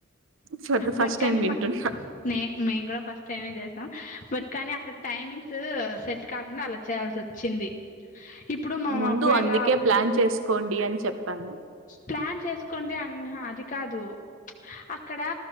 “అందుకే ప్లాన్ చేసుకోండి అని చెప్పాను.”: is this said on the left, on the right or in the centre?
Right